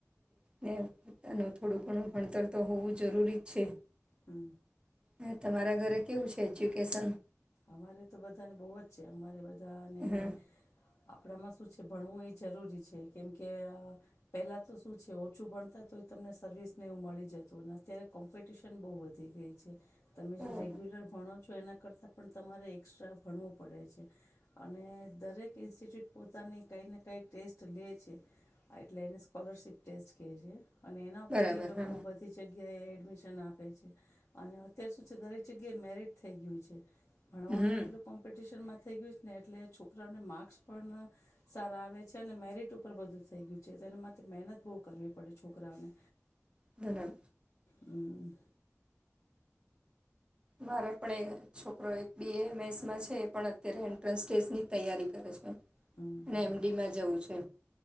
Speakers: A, on the right; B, on the left.
A: ને પોતાને થોડું ઘણું ભણતર તો હોવું જરૂરી જ છે.
B: હ હ.
A: ને તમારા ઘરે કેવું છે એજ્યુકેશન?
B: અમારે તો બધાને બોવ જ છે. અમારે બ ધાને,
A: હા
B: આપળામાં સ શું છે ભણવું એ જરૂરી છે. કેમ કે, પહેલાં તો શું છે ઓછું ભણતા તો એ તમને સર્વિસને એવું મળી જતું. ને અત્યારે કોમ્પિટિશન બોવ વધી ગઈ છે. તમે જે
A: બરાબર
B: રેગ્યુલર ભણો છો એના કરતા પણ તમારે એસ્ટ્રા ભણવું પડે છે. અને દરેક ઇન્સ્ટિટ્યૂટ પોતાની કંઈ ને કાંઈ ટેસ્ટ લે છે. એટલે એને સ્કોલરશિપ ટેસ્ટ કહે છે. અને એના ઉપરથી
A: બરાબર
B: ઈ લોકો
A: હા
B: બધી જગ્યા એ એડમિશન આપે છે. અને અત્યાર સુધી દરેક જગ્યાએ મેરિટ થઈ ગયું છે. ભણવાનું
A: હમ
B: એટલું કોમ્પિટિશનમાં થઈ ગયું છ ને એટલે છોકરાઓને માર્ક્સ પણ સારા આવે છે અને મેરિટ ઉપર બધું થઈ ગયું છે. તો એના માટે મહેનત બોવ કરવી પડે છોકરાઓને.
A: ધનમ
B: હમ્મ.
A: મારે પણ એ છોકરો એક બી એમ એસમાં છે. પણ અત્યારે એન્ટ્રન્સ ટેસ્ટની તૈયારી કરે છે.
B: હમ
A: એને
B: હમ
A: એમ ડીમાં જવું છે.